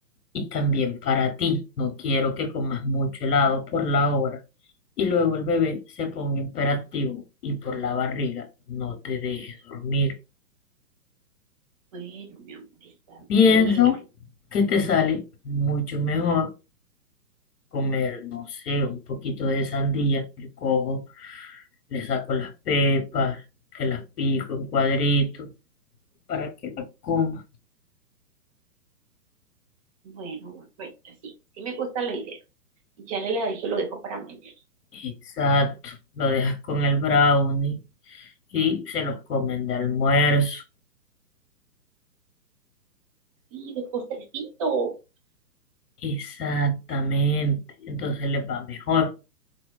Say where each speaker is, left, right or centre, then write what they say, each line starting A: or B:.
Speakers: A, on the left; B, on the right.
A: y también para ti. No quiero que comas mucho helado por la hora y luego el bebé se ponga imperativo y por la barriga no te deje dormir.
B: Bueno, mi amor, está
A: Pienso
B: bien.
A: que te sale mucho mejor comer, no sé, un poquito de sandía. Yo cojo, le saco las pepas, te las pico en cuadritos para que la comas.
B: Bueno, amor, bueno, pues sí, sí me gusta la idea. Y ya le la dije, lo dejo para mañana.
A: Exacto, lo dejas con el brownie y se los comen de almuerzo.
B: Y de postrecito.
A: Exactamente, entonces les va mejor.